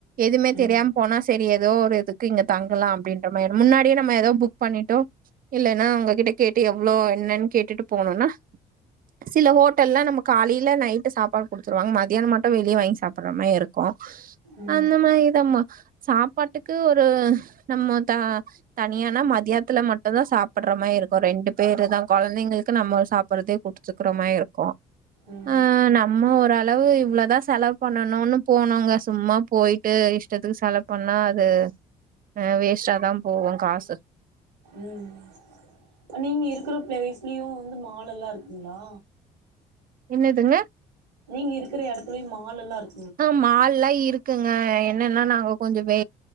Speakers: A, on the right; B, on the right.
A: எதுமே தெரியாம்
B: ம்
A: போனா செரி ஏதோ ஒரு இதுக்கு இங்க தங்குலா அப்டின்ற மாறி முன்னாடி நம்ம ஏதோ புக் பண்ணிட்டொ இல்லைன்னா அவங்ககிட்ட கேட்டு எவ்ளோ என்னன் கேட்டுட்டு போணொன்னா சில ஹோட்டல்ல நம்ம காலையில நைட்டு சாப்பாடு குடுத்துருவாங்க மதியானோ மட்டு வெளில வாங்கி சாப்புட்ற மாரி இருக்கு போ
B: ம்
A: அந்த மாரி தாம்மா சாப்பாட்டுக்கு ஒரு நம்மோ தா தனியானா மதியத்துல மட்டுந்தா சாப்புட்ற மாரி இருக்கு ரெண்டு பேரு தா கொழந்தைங்களுக்கு நம்ம சாப்புட்றது குடுத்துக்கிற மாரி இருக்கு
B: ம்
A: ஆ நம்ம ஓரளவு இவ்ளோதா செலவு பண்ணனுன்னு போனோங்க சும்மா போயிட் ட்டு இஷ்டத்துக்கு செலவு பண்ணா அது அ வேஸ்ட்டா தா போகு காசு
B: ம் நீங்க இருக்குற ப்ளஸ்லயு வந்து மால்லெல்லா இருக்குங்ளா
A: என்னதுங்க
B: நீங்க இருக்குற எடத்துலயு மால்லெல்லா இருக்
A: ஆ மால் எல்லா இருக்குங்க என்னன்னா நாங்க கொஞ்ச பே